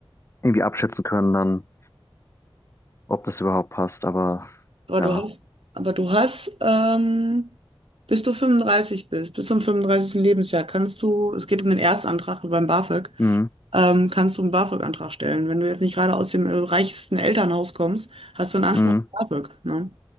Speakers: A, on the left (about 30°); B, on the right (about 85°).
A: irgendwie abschätzen können, dann, ob das überhaupt passt. Aber
B: Aber du
A: ja.
B: hast, aber du hast, ähm, bis du 35 bist, bis zum fünfunddreißigsten Lebensjahr, kannst du, es geht um den Erstantrag beim BAföG,
A: Mhm.
B: ähm, kannst du einen BAföG-Antrag stellen. Wenn du jetzt nicht gerade aus dem äh, reichsten Elternhaus kommst, hast du einen Anspruch
A: Mhm.
B: auf BAföG, ne?